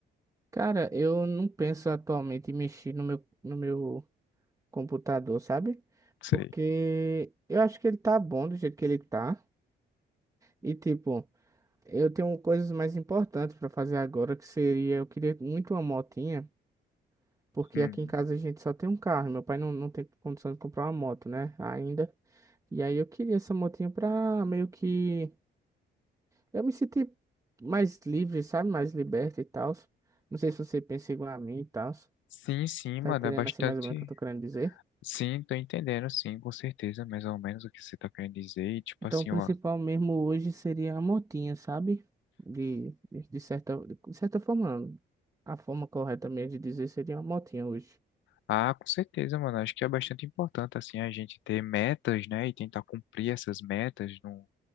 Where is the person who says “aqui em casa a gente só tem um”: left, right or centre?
Right